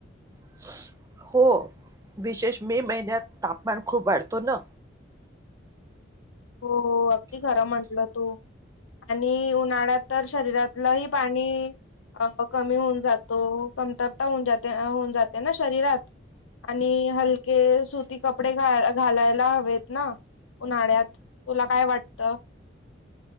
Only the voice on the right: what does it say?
<unintelligible> हो विशेष मे महिन्यात तापमान खूप वाढतो ना?